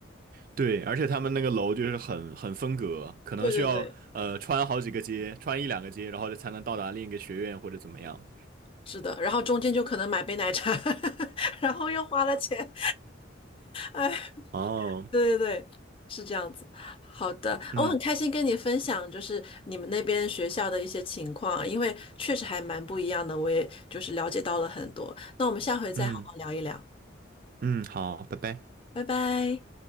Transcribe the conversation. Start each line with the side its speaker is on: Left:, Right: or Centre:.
Right: 对，而且他们那个楼就是很很分隔，可能需要呃穿好几个街，
Left: 对对对，
Right: 穿一两个街，然后才能到达另一个学院或者怎么样。
Left: 是的，然后中间就可能买杯奶茶，<laughs> 然后又花了钱，哎。
Right: 哦，
Left: 对对对，是这样子。好的，
Right: 嗯
Left: 哦我很开心跟你分享，就是你们那边学校的一些情况啊，因为确实还蛮不一样的，我也就是了解到了很多。那我们下回再好好聊一聊，
Right: 嗯嗯，好，拜拜。
Left: 拜拜。